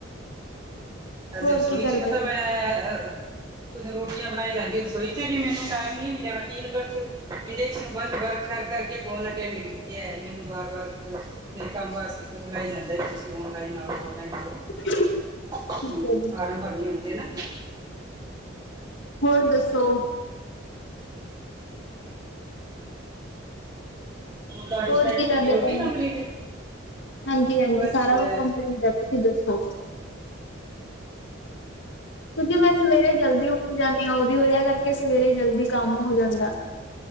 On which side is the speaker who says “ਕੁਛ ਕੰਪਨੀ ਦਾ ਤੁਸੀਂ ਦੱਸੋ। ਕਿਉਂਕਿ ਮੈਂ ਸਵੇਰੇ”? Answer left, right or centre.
Left